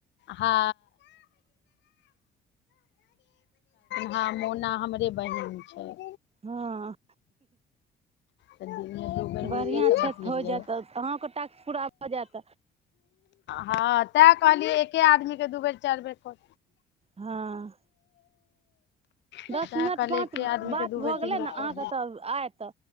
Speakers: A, on the left; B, on the right.
A: ह हँ मोना हमरे बहिन छै <unintelligible>
B: हँ
A: तऽ दिनमे दू बेर
B: बढ़िआँ
A: हुनके से
B: छैऽ
A: बतियेलियै
B: हो जायत अहके ट पूरा भ जात
A: हँ तैं कहलियै एके आदमी के दू बेर च दु चार बेर फोन
B: हँ
A: तैं
B: दस मिनट
A: कहलियै
B: पाँच
A: एके आदमी
B: बात
A: के दू
B: भऽ
A: बेर तीन
B: गेलै
A: बेर
B: ने अहाँके
A: कॉल
B: तऽ आयत